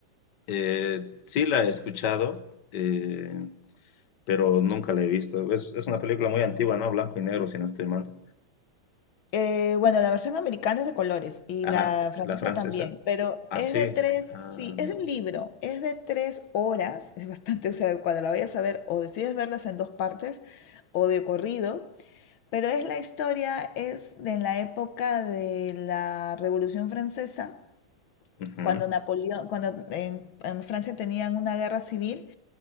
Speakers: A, on the left; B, on the left.
A: Eh, sí la he escuchado, eh, pero nunca la he visto. Es, es una película muy antigua, ¿no? Blanco y negro, si no estoy mal.
B: Eh, bueno, la versión americana es de colores y
A: Ajá,
B: la francesa
A: la francesa.
B: también, pero
A: Ah,
B: es
A: sí.
B: de tres,
A: Ah,
B: sí, es
A: no.
B: de un libro, es de tres horas, es bastante, o sea, cuando la vayas a ver, o decides verlas en dos partes o de corrido, pero es la historia, es de la época de la Revolución Francesa
A: Ujú,
B: cuando Napoleón, cuando en, en Francia tenían una guerra civil